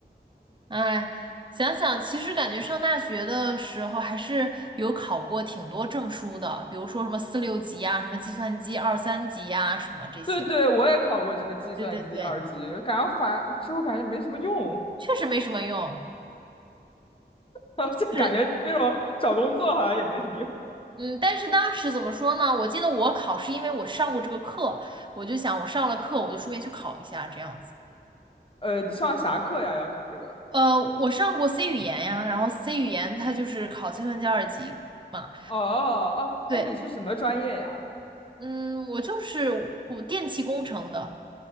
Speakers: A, on the right; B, on the left.
A: 哎，想想，其实感觉上大学的时候还是有考过挺多证书的，比如说什么四六级呀、什么计算机二三级呀、什么这些。
B: <laughs> 对对，我也考过这个计算机二级，
A: 对对对，
B: 感觉反之后感觉没什么用，
A: 确实没什么用。
B: <laughs> 就感觉这种找工作好像也没什么用。
A: 就是嗯，但是当时怎么说呢？我记得我考是因为我上过这个课，我就想我上了课，我就顺便去考一下这样子。
B: 呃，你上啥课呀？要考这个？
A: 呃，我上过 C 语言呀，然后 C 语言它就是考计算机二级嘛。
B: 哦哦，
A: 对，
B: 哎，你是什么专业呀？
A: 嗯，我就是我电气工程的。